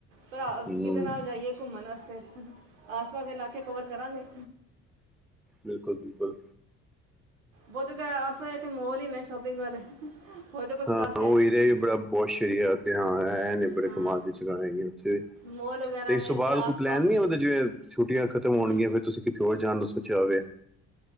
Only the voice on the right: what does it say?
ਭਰਾ
ਕਿਹਦੇ ਨਾਲ ਜਾਈਏ। ਘੁੰਮਣ ਵਾਸਤੇ। ਆਸ- ਪਾਸ ਦੇ ਇਲਾਕੇ ਕਵਰ ਕਰਾਂਗੇ।
ਬਹੁਤੇ ਤਾਂ ਆਸ- ਪਾਸ ਇਥੇ ਮੋਲ ਹੀ ਨੇ ਸ਼ੋਪਿੰਗ ਵਾਲੇ। ਹੋਰ ਤਾਂ ਕੁਝ
ਖਾਸ ਹੈ
ਨਹੀਂ
ਹਾਂ
ਮੋਲ ਵਗੈਰਾ
ਨੇ
ਫਿਰ ਆਸ-ਪਾਸ
ਹੂੰ